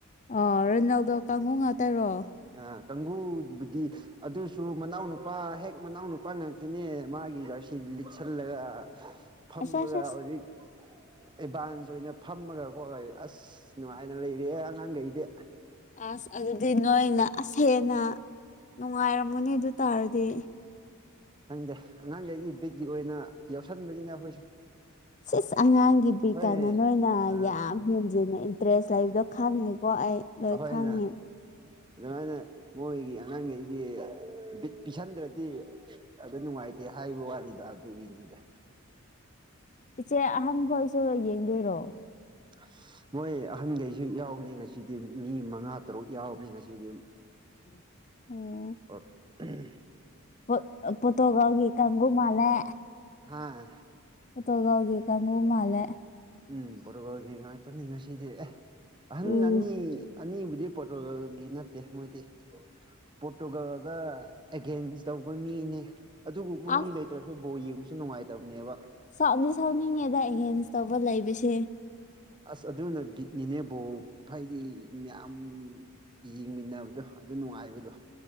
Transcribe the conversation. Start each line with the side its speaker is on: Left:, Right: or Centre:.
Left: ꯑꯣ ꯔꯣꯅꯦꯜꯗꯣ ꯀꯥꯡꯒꯨ ꯉꯥꯛꯇꯔꯣ
Right: ꯑ ꯀꯥꯡꯒꯨꯕꯨꯗꯤ ꯑꯗꯨꯁꯨ ꯃꯅꯥꯎ ꯅꯨꯄꯥ ꯍꯦꯛ ꯃꯅꯥꯎ ꯅꯨꯄꯥ ꯉꯥꯛꯇꯅꯦ ꯃꯥꯒꯤ ꯖꯥꯔꯁꯤ ꯂꯤꯠꯁꯜꯂꯒ ꯐꯝꯃꯒ
Left: ꯑꯁ ꯑꯁ ꯑꯁ
Right: ꯍꯧꯖꯤꯛ ꯑꯦꯠꯚꯥꯟꯁ ꯑꯣꯏꯅ ꯐꯝꯃꯒ ꯈꯣꯏ ꯑꯁ ꯅꯨꯡꯉꯥꯏꯅ ꯂꯩꯔꯤ ꯍꯦ ꯑꯉꯥꯡꯒꯩꯗꯤ
Left: ꯑꯁ ꯑꯗꯨꯗꯤ ꯅꯣꯏꯅ ꯑꯁ ꯍꯦꯟꯅ ꯅꯨꯡꯉꯥꯏꯔꯝꯒꯅꯤ ꯑꯗꯨ ꯇꯥꯔꯗꯤ
Right: ꯈꯪꯗꯦ ꯑꯉꯥꯡꯒꯩꯒꯤ ꯕꯤꯠꯀꯤ ꯑꯣꯏꯅ ꯌꯥꯎꯁꯟꯕꯅꯤꯗ ꯑꯩꯈꯣꯏꯁꯨ
Left: ꯁꯤꯁ ꯑꯉꯥꯡꯒꯤ ꯄꯤ
Right: ꯍꯣꯏ
Left: ꯀꯥꯟꯅ ꯅꯣꯏꯅ
Right: ꯑ
Left: ꯌꯥꯝ ꯍꯦꯟꯖꯤꯟꯅ ꯏꯟꯇꯔꯦꯁ ꯂꯩꯕꯗꯣ ꯈꯪꯉꯦꯀꯣ ꯑꯩ
Right: ꯑꯩꯈꯣꯏꯅ
Left: ꯂꯣꯏ ꯈꯪꯉꯦ
Right: ꯑꯗꯨꯃꯥꯏꯅ ꯃꯣꯏꯒꯤ ꯑꯉꯥꯡꯒꯩꯒꯤ ꯕꯤꯠ ꯄꯤꯁꯟꯗ꯭ꯔꯗꯤ ꯑꯗꯨ ꯅꯨꯡꯉꯥꯏꯇꯦ ꯍꯥꯏꯕ ꯋꯥꯅꯤꯗ ꯑꯗꯨꯒꯤꯅꯤꯗ
Left: ꯏꯆꯦ ꯑꯍꯥꯟ ꯈꯣꯏꯁꯨ ꯌꯦꯡꯗꯣꯏꯔꯣ
Right: <unintelligible> ꯃꯣꯏ ꯑꯍꯟꯒꯩꯁꯨ ꯌꯥꯎꯕꯅꯤ ꯉꯁꯤꯗꯤ ꯃꯤ ꯃꯉꯥ ꯇꯔꯨꯛ ꯌꯥꯎꯕꯅꯤ ꯉꯁꯤꯗꯤ
Left: <unintelligible> ꯑꯣ
Right: ꯑꯣꯛ <unintelligible>
Left: ꯄꯣꯠ ꯑ ꯄꯣꯠꯇꯨꯒꯜꯒꯤ ꯀꯪꯒꯨ ꯃꯥꯜꯂꯦ
Right: ꯍꯥꯥ
Left: ꯄꯣꯇꯨꯒꯜꯒꯤ ꯀꯪꯉꯨ ꯃꯥꯂꯦ
Right: ꯎꯝ ꯄꯣꯔꯇꯨꯒꯜꯒꯤ ꯉꯥꯛꯇꯅꯤ ꯉꯁꯤꯗꯤ ꯑꯦ ꯑꯍꯟ
Left: ꯎꯝ
Right: ꯑꯅꯤ ꯑꯅꯤꯕꯨꯗꯤ ꯄꯣꯔꯇꯨꯒꯜꯒꯤ ꯅꯠꯇꯦ ꯃꯣꯏꯗꯤ ꯄꯣꯔꯇꯨꯒꯜꯗ ꯑꯦꯒꯦꯟꯁ ꯇꯧꯕ ꯃꯤꯅꯦ ꯑꯗꯨꯕꯨ <unintelligible>
Left: ꯑꯁ
Right: ꯃꯤ ꯂꯩꯇ꯭ꯔꯁꯨ ꯕꯣꯜ ꯌꯦꯡꯕꯁꯨ ꯅꯨꯡꯉꯥꯏꯇꯕꯅꯦꯕ
Left: ꯁꯥꯎꯗꯤ ꯁꯥꯎꯅꯤꯡꯉꯦꯕ ꯑꯦꯒꯦꯟꯁ ꯇꯧꯕ ꯂꯩꯕꯁꯦ
Right: ꯑꯁ ꯑꯗꯨꯅ ꯕꯤꯠꯅꯤꯅꯦ ꯕꯣꯜ ꯐꯥꯏꯒꯤ ꯌꯥꯝ ꯌꯦꯡꯃꯤꯟꯅꯕꯗꯣ ꯑꯗꯨ ꯅꯨꯡꯉꯥꯏꯕꯗꯣ